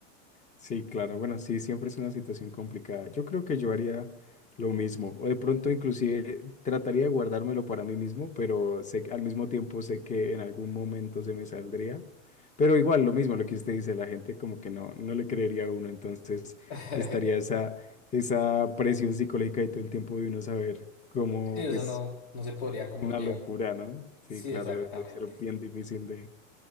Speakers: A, on the left; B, on the left.
A: Sí, claro, bueno, sí, siempre es una situación complicada. Yo creo que yo haría lo mismo, o de pronto inclusive trataría de guardármelo para mí mismo, pero sé, que- al mismo tiempo sé que en algún momento se me saldría. Pero igual, lo mismo, lo que usted dice, la gente como que no, no le creería a uno, entonces
B: <laughs>
A: estaría esa, esa presión psicológica y todo el tiempo de uno saber cómo,
B: Sí, eso
A: pues,
B: no, no se podría como
A: una
B: llevar.
A: locura, ¿no? Sí,
B: Sí,
A: claro,
B: exactamente.
A: debe ser bien difícil de,